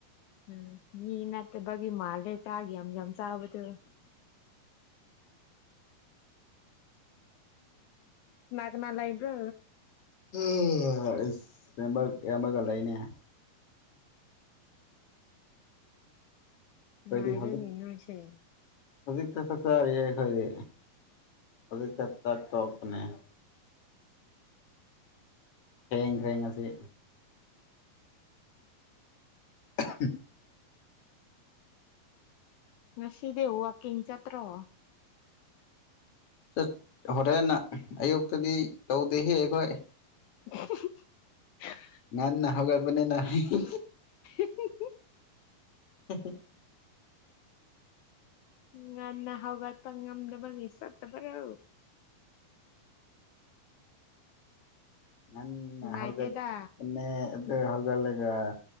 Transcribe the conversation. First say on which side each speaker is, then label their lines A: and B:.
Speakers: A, on the left; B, on the left.
A: ꯎꯝ ꯃꯤ ꯅꯠꯇꯥꯕꯒꯤ ꯃꯥꯜꯂ‌ꯦ ꯆꯥꯒꯤ ꯌꯝ ꯌꯝ ꯆꯥꯕꯗꫭ ꯀꯥꯅ ꯀꯥꯅ ꯂꯩꯕ꯭ꯔꯣ
B: ꯍꯥ ꯑꯁ ꯑꯌꯥꯕꯛ ꯑꯌꯥꯝꯕꯒ ꯂꯩꯅ‌ꯦ ꯑꯩꯈꯣꯏꯗꯤ
A: ꯅꯨꯡꯉꯥꯏꯔ‌ꯦ
B: ꯍꯧꯖꯤꯛ
A: ꯅ‍ꯦꯅ‍ꯦ ꯍꫭꯏꯁ‌ꯦ
B: ꯍꯧꯖꯤꯛꯇ ꯆꯥꯛ ꯆꯔꯤꯌꯦ ꯑꯩꯈꯣꯏꯗꯤ ꯍꯧꯖꯤꯛꯇ ꯆꯥꯛ ꯇꯣꯛꯄꯅꯦ ꯈ꯭ꫪ‌ꯦꯡ ꯈ꯭ꯔꯦꯡ ꯑꯁꯤ ꯑꯍꯝ
A: ꯉꯁꯤꯗꯤ ꯋꯥꯀꯤꯡ ꯆꯠꯇ꯭ꯔꯣ
B: ꯆꯠ ꯍꯣꯔꯦꯟ ꯑꯌꯨꯛꯇꯗꯤ ꯇꯧꯗꯦꯍꯦ ꯑꯩꯈꯣꯏ
A: <unintelligible>
B: ꯉꯥꯟꯅ ꯍꯧꯒꯠ ꯄꯅꯤꯅ ꯍꯥ ꯍꯤ ꯍꯤ
A: ꯍꯤ ꯍꯤ
B: ꯍꯤ ꯍꯤ
A: ꯎꯝ ꯉꯟꯅ ꯍꯧꯒꯠꯄ ꯉꯝꯗꯥꯕꯒꯤ ꯆꯠꯇꯕ꯭ꯔꯣ
B: ꯉꯟꯅ
A: ꯅꯨꯡꯉꯥꯏꯇꯦꯗ
B: ꯍꯧꯒꯠꯄꯅ‌ꯦ ꯑꯗꯨ ꯍꯧꯒꯠꯂꯒꯥ